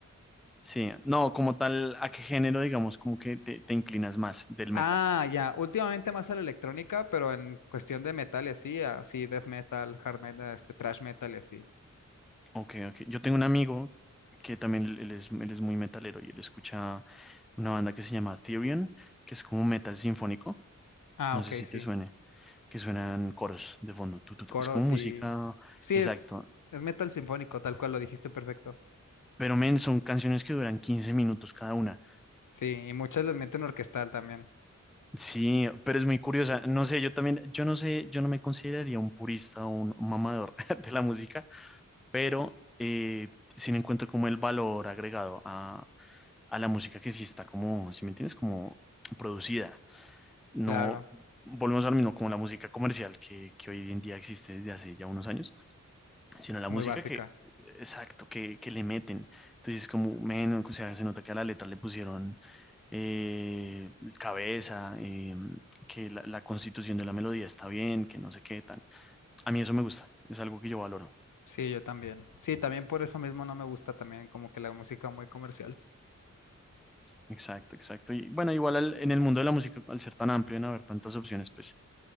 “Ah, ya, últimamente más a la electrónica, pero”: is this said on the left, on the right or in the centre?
Left